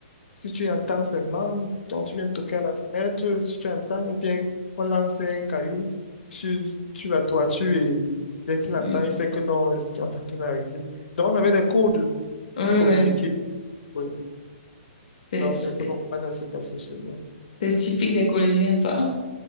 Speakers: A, on the left; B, on the left.
A: Si tu entends seulement, donc tu viens de toquer à la fenêtre, si tu entends, ou bien on lance un caillou sur, sur la toiture et dès qu'il
B: oui,
A: entend, il sait que non, on est en train d'arriver. Donc on avait des codes
B: ouais,
A: pour communiquer. Oui.
B: c'est
A: Donc c'est un peu
B: c'est-
A: comme ça que ça s'est passé chez nous.
B: c'est typique des collégiens, ça.